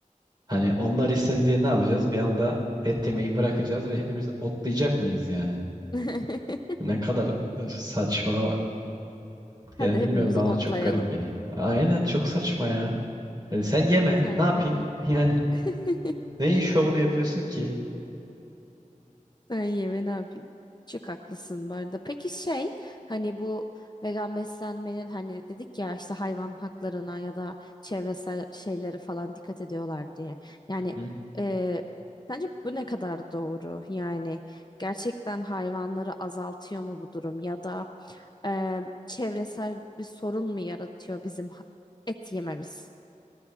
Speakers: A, on the right (about 30°); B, on the left (about 30°).
A: hani onlar istedi diye ne yapacağız? Bir anda et yemeyi bırakacağız ve hepimiz otlayacak mıyız yani?
B: <laughs>
A: Ne kadar e, saçma. Yani
B: Hadi
A: bilmiyorum
B: hepimiz
A: bana
B: otlayalım.
A: çok garip geliyor. Aynen çok saçma ya. Yani sen yeme
B: Tam
A: ne
B: olarak
A: yapayım?
B: bunu.
A: <laughs> Yani
B: <laughs>
A: neyin şovunu yapıyorsun ki?
B: Sen yeme ne yapayım? Çok haklısın bu arada. Peki şey hani bu vegan beslenmenin hani dedik ya işte hayvan haklarına ya da çevresel şeylere falan dikkat ediyorlar diye. Yani
A: Hı hı.
B: e, sence bu ne kadar doğru? Yani gerçekten hayvanları azaltıyor mu bu durum ya da e, çevresel bir sorun mu yaratıyor bizim ha- et yememiz?